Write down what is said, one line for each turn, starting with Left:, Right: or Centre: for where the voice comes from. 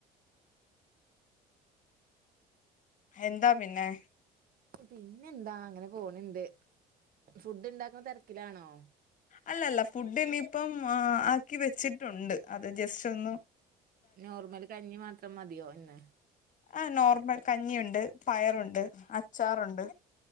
Left: എന്താ പിന്നെ
Right: പിന്നെ എന്താ അങ്ങനെ പോണണ്ട് ഫുഡ് ഉണ്ടാക്കുന്ന തിരക്കിലാണോ
Left: അല്ലല്ല ഫുഡ് ഇനിയിപ്പം ആക്കി വെച്ചിട്ടുണ്ട് അത് ജസ്റ്റ് ഒന്നും
Right: നോർമൽ കഞ്ഞി മാത്രം മതിയോ ഇന്ന്
Left: ആഹ് നോർമൽ കഞ്ഞിയുണ്ട് പയറുണ്ട് അച്ചാറുണ്ട്